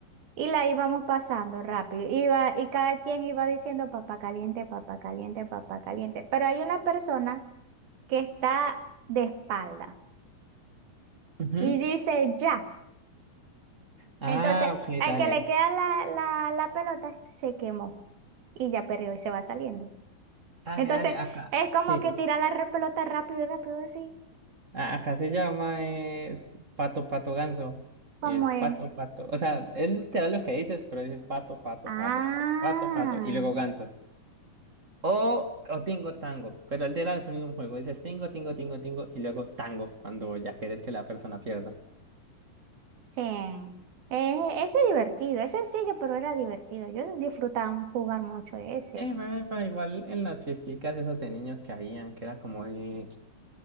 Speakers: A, on the right (about 80°); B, on the right (about 30°).
A: y la íbamos pasando rápido. Iba, y cada quien iba diciendo papá caliente, papá caliente, papá caliente. Pero hay una persona que está de espalda
B: ujú.
A: y dice ya.
B: Ah,
A: Entonces,
B: ok,
A: al
B: dale.
A: que le queda la, la, la pelota, se quemó y ya perdió y se va saliendo.
B: Dale,
A: Entonces,
B: dale, acá.
A: es como
B: Sí.
A: que tira la re- pelota rápido, rápido, así
B: a- Acá se llama es pato, pato, ganso.
A: como
B: Y es pato,
A: es.
B: pato. O sea, es literal lo que dices, pero dices pato, pato,
A: Ah,
B: pato, pato, pato, pato. Y luego ganso. O, o tingo, tango. Pero el literal es el mismo juego. Dices tingo, tingo, tingo, tingo. Y luego tango, cuando ya quieres que la persona pierda.
A: sí. Es, ese es divertido, es sencillo, pero era divertido. Yo disfrutaba jugar mucho ese.
B: Eh, epa, epa, igual en las fiesticas esas de niños que habían, que era como de.